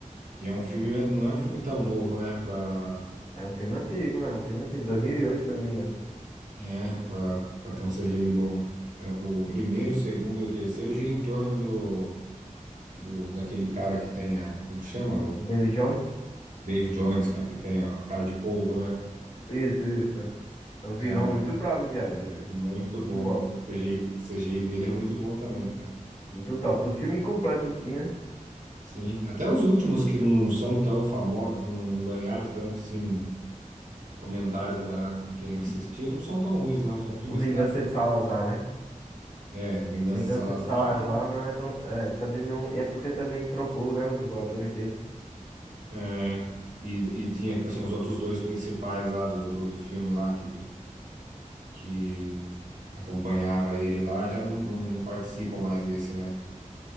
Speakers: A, on the right (about 75°); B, on the left (about 60°).
A: E é um filme, não é um filme tão novo, né? Pra,
B: É um filme antigo, é um filme antigo. dois mil e oito se eu não me engano.
A: é, pra, pra ter um CGI bom. É, O
B: Sim.
A: primeiro, o segundo e o terceiro gira em torno do, do daquele cara que tem a, como que chama? O
B: David Jones?
A: Dave Jones, cara, que tem a cara de polvo, né?
B: Isso, isso. É um vilão
A: Ah,
B: muito
A: tá.
B: brabo, viado.
A: Muito
B: Muito
A: bom.
B: bom.
A: O CGI, o CGI dele é muito bom também, cara.
B: Muito top. Do filme completo em si, né?
A: Sim. Até os últimos que não são tão famosos, que não ganharam tanto, assim, comentários da, de quem assistiu, não são tão ruins, não. São filmes
B: O Vingança
A: que dá pra.
B: de Salazar, né?
A: É, Vingança
B: Vingança
A: de Salazar
B: de Salazar não é tão. É, também não. É porque também trocou, né? Os dubladores dele.
A: É, e, e tinha, tipo assim, os outros dois principais lá do, do, do filme lá que, que acompanhava ele lá já não, não, não participam mais desse, né?